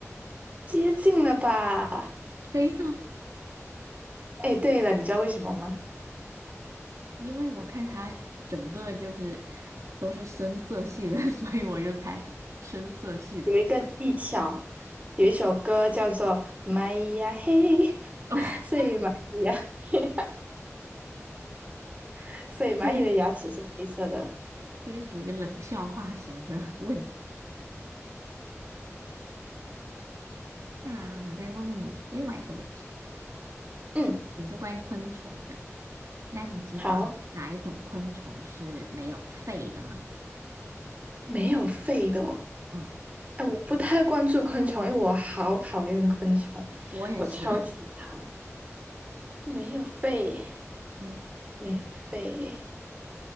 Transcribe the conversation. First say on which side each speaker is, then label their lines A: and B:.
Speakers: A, on the right (about 25°); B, on the right (about 75°).
A: 接近了吧？
B: 黑色，
A: 哎，对了，你知道为什么吗？
B: 因为我看它整个就是都是深色系的，<laughs> 所以我就猜深色系的。
A: 有一个技巧，有一首歌叫做《蚂蚁呀嘿》，<laughs>
B: 哦，
A: 所以蚂蚁呀嘿，<laughs> 所以蚂蚁的牙齿是黑色的。
B: 对，这是属于冷笑话型的 <laughs> 问题。那我再问问你另外一个问题，
A: 嗯，
B: 也是关于昆虫的。那你知道哪一种昆虫是没有肺的吗？
A: 好，没有肺的哦。
B: 嗯，
A: 哎，我不太关注昆虫，因为我好讨厌昆虫，
B: 我也是。
A: 我超级怕。
B: <laughs>
A: 没有肺，
B: 嗯，
A: 没有肺，